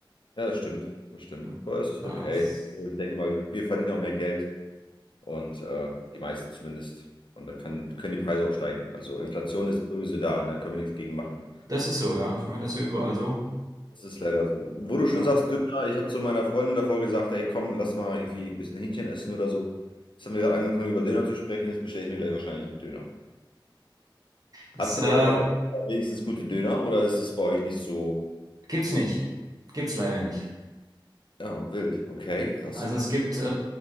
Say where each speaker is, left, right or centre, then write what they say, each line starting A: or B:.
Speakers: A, on the left; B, on the right.
A: Ja, das stimmt. Das stimmt.
B: Hm.
A: Aber es ist
B: Das,
A: okay. Also Ich denke mal, wir wir verdienen auch mehr Geld und äh, die meisten zumindest. Und dann kann, können die Preise auch steigen. Also Inflation ist sowieso da, ne? Können wir nichts gegen machen.
B: das ist so, ja. Ich meine, das ist ja überall so.
A: Das ist leider so. Wo du schon
B: Ja.
A: sagst, Döner, ich habe zu meiner Freundin davor gesagt, ey, komm, lass mal irgendwie ein bisschen Hähnchen essen oder so. Jetzt haben wir gerade angefangen, über Döner zu sprechen. Jetzt bestelle ich mir gleich wahrscheinlich einen Döner.
B: Das
A: Habt
B: äh,
A: ihr bei euch wenigstens gute Döner oder ist es bei euch nicht so?
B: gibt's nicht. Gibt's leider nicht.
A: Ja, wild. Okay, krass.
B: Also es gibt, äh,